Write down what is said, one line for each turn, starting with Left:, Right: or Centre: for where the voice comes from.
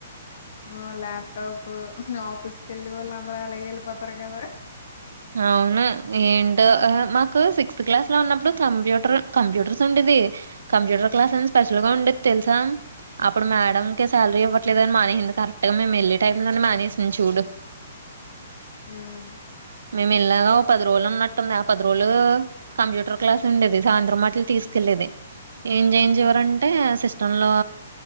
Left: ఆ ల్యాప్టాప్ ఆఫీస్ కెళ్ళి వాళ్ళు అందరు అలాగే వెళ్ళిపోతారు కదా
Right: అవునే ఏంటో ఆ మాకు సిక్స్త్ క్లాస్ లో ఉన్నప్పుడు కంప్యూటర్ కంప్యూటర్స్ ఉండేదీ. కంప్యూటర్ క్లాస్
Left: ఉ
Right: అని స్పెషల్ గా ఉండేద్ తెల్సా అప్పుడు మేడం
Left: ఉ
Right: కేస్ శాలరీ ఇవ్వట్లేద్ అని మానేశింది కరెక్ట్గా మేము ఎళ్ళే టైంలోనే మానేశింది చూడు.
Left: ఊహ్
Right: మేము ఇల్లాగ ఓ పది రోజులు ఉన్నట్టుంది ఆ పది రోజులూ కంప్యూటర్ క్లాస్ ఉండేది సాయంత్రం అట్ల తీసుకెళ్ళేది. ఏం జేయించే వారంట్
Left: ఉ
Right: టే సిస్టం లో